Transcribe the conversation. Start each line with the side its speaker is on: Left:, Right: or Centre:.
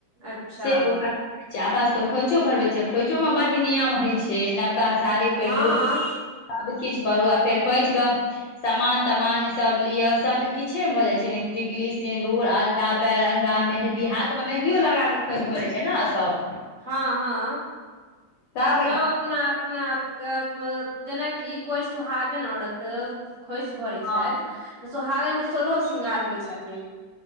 Right: अच्छा
Left: से एगो ख अपना सब के खोइछो भरवै छै खोइछो मे बड नियम होय छै नवका साड़ी पहिरु
Right: हँ
Left: सबकीछ करु आ फेर खोइछ कऽ सामान तामान सब लिअ सभकिछे भऽ जाइ छै टिकली सिन्दूर आलता पैरंगा मेहदी हाथ मे मेहदियो लगा क खोंइछ भड़य छै ने सब
Right: हँ हँ
Left: तब
Right: सब अपना अपना आप क जेनाकि कोइ सुहागन औरत खोइछ भरै छथि
Left: हँ
Right: तऽ सोहागनके सोलहो श्रींगार होय छथिन